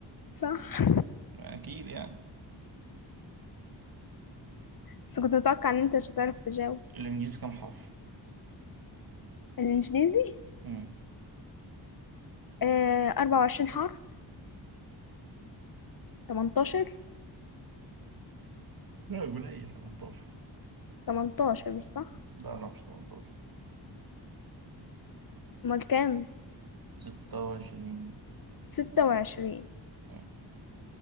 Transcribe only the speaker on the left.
صح <laughs>
بس كنت متوقع إن أنت مش هتعرف تجاوب
الإنجليزي
آه، أربعة وعشرين حرف تمنتاشر
تمنتاشر صح
امال كام
ستة وعشرين